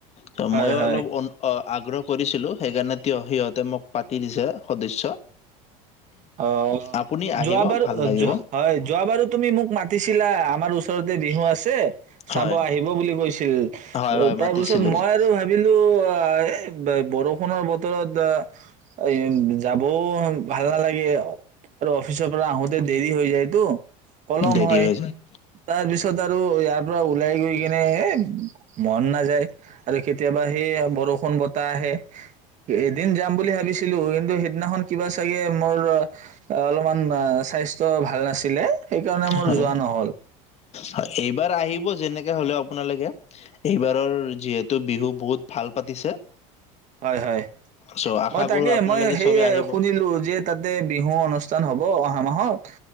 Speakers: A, on the left; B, on the right.
A: ত
B: হয়
A: ময়ো
B: হয়
A: অলপ অ। আগ্ৰহ কৰিছিলো সেইকাৰণে সিহঁতে মোক পাতি দিছে সদস্য।
B: অ।
A: আপুনি আহিব
B: যোৱাবাৰ
A: ভাল লাগিব
B: হয় যোৱাবাৰো তুমি মোক মাতিছিলা। আমাৰ ওচৰতে বিহু আছে। তে। চাব
A: হয়
B: আহিব বুলি কৈছে। <unintelligible>
A: হয় হয়
B: তাৰপিছত
A: মাতিছিলো।
B: মই আৰু ভাবিলো। আ ব-বৰষুণৰ বতৰত আ। এ যাবও ভাল। নালাগে। আৰু অফিচৰ পৰা আহোতে দেৰি হৈ যায়। দু। পলম
A: দেৰি
B: হয়
A: হৈ যায়
B: তাৰ পিছত আৰু ইয়াৰ পৰা ওলাই গৈ কিনে এ মন নাযায় আৰু কেতিয়াবা সেই বৰষুণ বতাহ আহে এদিন যাম বুলি ভাবিছো। ছিলো কিন্তু সেইদিনাখন কিবা চাগে <unintelligible> অলমান অ চাইজ চ ভাল নাছিলে সেইকাৰণে মোৰ
A: হয়
B: যোৱা নহ'ল
A: হয় এইবাৰ আহিব যেনেকে হ'লেও আপোনালোকে এইবাৰৰ যিহেতু বিহু বহুত ভাল পাতিছে
B: হয় হয়
A: চ' আশা
B: মই তাকে
A: কৰো আপোনালোকে
B: মই সেই
A: চবে আহিব।
B: শুনিলো যে তাতে বিহু অনুষ্ঠান হ'ব অ' অহা মাহত